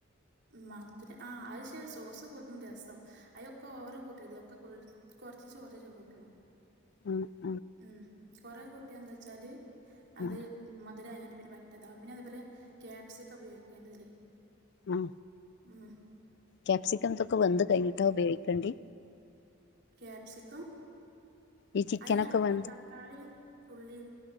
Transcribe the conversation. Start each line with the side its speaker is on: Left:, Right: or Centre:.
Right: മധുര ആഹ്, അഹ് ശരി സോസ് കൂട്ട്ണ രസം. അയിലൊക്കെ ഓവറ് കൂട്ടര്ത് ഒക്കെ കൊറച്ചീച്ചെ, കൊറച്ചീച്ചെ കൂട്ടണം.
Left: ഉം
Right: ഉം, കൊറേ കൂട്ടി എന്താച്ചാല് അത്
Left: ആ
Right: മധുരായാണ്ട് പിന്നെ പറ്റ താവും, പിന്നെ അതുപോലെ ക്യാപ്സിക്കം ഉപയോഗിക്കേണ ഇതില്.
Left: ഉം
Right: ഉം
Left: ക്യാപ്സിക്കം ഇതൊക്കെ വെന്ത്‌ കഴിഞ്ഞിട്ടാ ഉപയോഗിക്കേണ്ടി?
Right: ക്യാപ്സിക്കം
Left: ഈ ചിക്കനൊക്കെ
Right: അല്ല
Left: വെന്ത്
Right: തക്കാളീം, ഉള്ളീം,